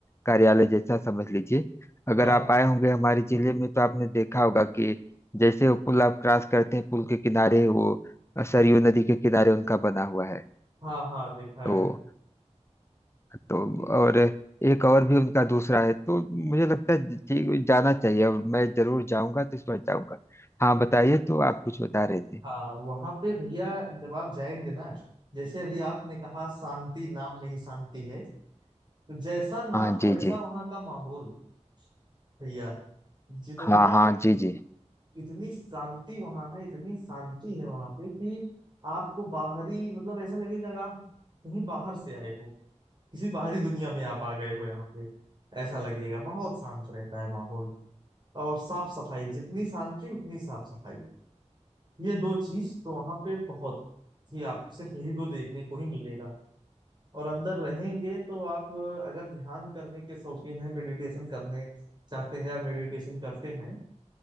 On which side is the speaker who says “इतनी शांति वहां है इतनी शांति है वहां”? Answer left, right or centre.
Right